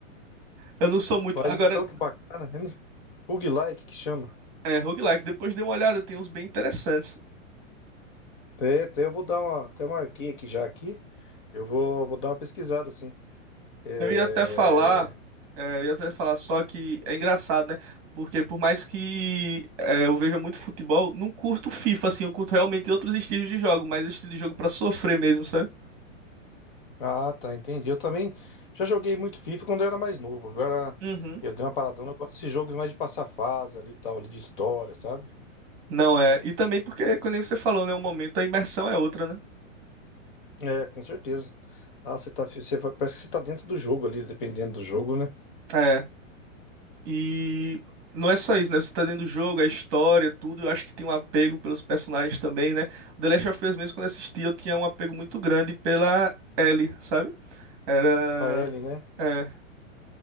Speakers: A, on the right; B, on the left.
A: Eu não sou muito.
B: Mas
A: Agora,
B: então, que bacana. Eu não- Roguelike que chama.
A: é, roguelike, depois dei uma olhada, tem uns bem interessantes.
B: É, até eu vou dar uma. Até marquei aqui já aqui. Eu vou, vou dar uma pesquisada, assim. É...
A: Eu ia até falar, é, eu ia até falar só que é engraçado, né? Porque por mais que é, eu veja muito futebol, não curto FIFA, assim, eu curto realmente outros estilos de jogo, mas estilo de jogo pra sofrer mesmo, sabe?
B: Ah, tá, entendi. Eu também já joguei muito FIFA quando eu era mais novo. Agora
A: Uhum.
B: eu dei uma paradona. Eu gosto desses jogos mais de passar fase ali e tal, ali de história, sabe?
A: Não é. E também porque, como você falou, né? Um momento a imersão é outra, né?
B: É, com certeza. Ah, você tá, você, fa- parece que você tá dentro do jogo ali, dependendo do jogo, né?
A: É. E não é só isso, né? Você tá dentro do jogo, a história, tudo. Eu acho que tem um apego pelos personagens também, né? O The Last of Us mesmo, quando eu assisti, eu tinha um apego muito grande pela Ellie, sabe? Era.
B: A Ellie, né?
A: É,